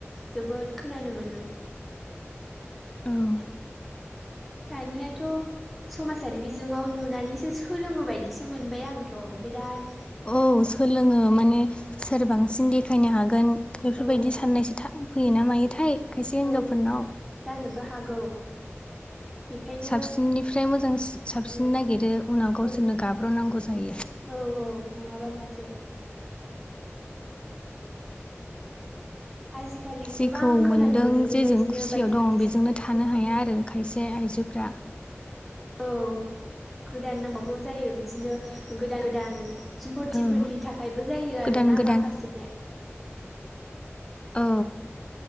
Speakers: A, in the centre; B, on the left.
A: जोबोद खोनानो मोनो।
B: ओं
A: दानियाथ' समाजारि बिजोङाव नुनानैसो सोलोङो बायदिसो मोनबाय आंथ' बिरादनो।
B: औ सोलोङो माने सोरबांसिन देखायनो हागोन बेफोरबायदि
A: औ
B: साननायसो था फैयोना मायोथाय खायसे हिनजावफोरनाव।
A: औ जानोबो हागौ बेखायनो
B: साबसिननिफ्राय मोजांसिन साबसिन
A: औ
B: नागिरो उनाव गावसोरनो
A: औ
B: गाब्र'नांगौ जायो।
A: औ औ नङाबा माथो। आजिखालि
B: जेखौ
A: गोबां खोनानो
B: मोनदों
A: मोनो बेबायदिनो
B: जेजों खुसियाव
A: बायदि
B: दं
A: बायदि जाथाय
B: बेजोंनो थानो हाया आरो खायसे आयजो फ्रा।
A: औ गोदान नांबागौ जायो बिदिनो गोदान गोदान सम्पतफोरनि
B: औ
A: थाखायबो जायो
B: गोदान
A: आरो ना
B: गोदान
A: माखासे
B: औ